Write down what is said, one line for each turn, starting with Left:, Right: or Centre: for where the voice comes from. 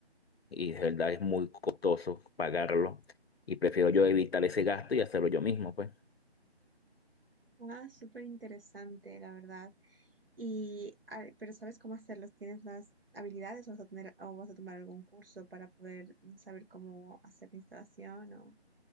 Left: y de verdad es muy costoso pagarlo y prefiero yo evitar ese gasto y hacerlo yo mismo, pues.
Right: Ah, súper interesante, la verdad. Y, ah, pero ¿sabes cómo hacerlos? ¿Tienes las habilidades o vas a tener, o vas a tomar algún curso para poder mm, saber cómo hacer la instalación?